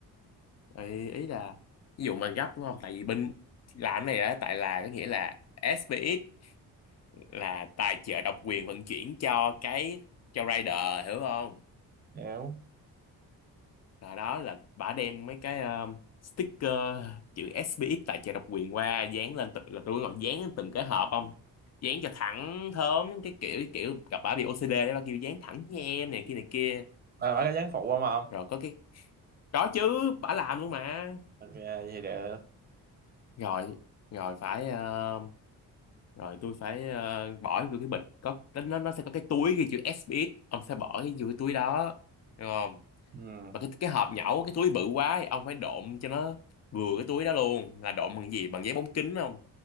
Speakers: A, on the left; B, on the right.
A: ý, ý là ví dụ mà gấp đúng không tại vì bên làm cái này đó tại là có nghĩa là SPX là tài trợ độc quyền vận chuyển cho cái cho rider hiểu không
B: hiểu
A: là đó là bả đem mấy cái um, sticker chữ SPX tài trợ độc quyền qua dán lên từng là tôi gọi dán lên từng cái hộp không dán cho thẳng thớm cái kiểu cái kiểu gặp bả bị OCD đấy bả kêu dán thẳng nha em này kia này kia
B: bà, bà có dáng phụ không không
A: rồi có cái có chứ bả làm luôn mà
B: ok vậy thì được
A: rồi rồi phải ờ, rồi tôi phải ờ, bỏ vô cái bịch có nó nó nó sẽ có cái túi ghi chữ SBS ông sẽ bỏ cái vô cái túi đó được không
B: ừ.
A: mà cái cái hộp nhẩu cái túi bự quá ấy, ông phải độn cho nó vừa cái túi đó luôn là độn bằng cái gì bằng giấy bóng kính không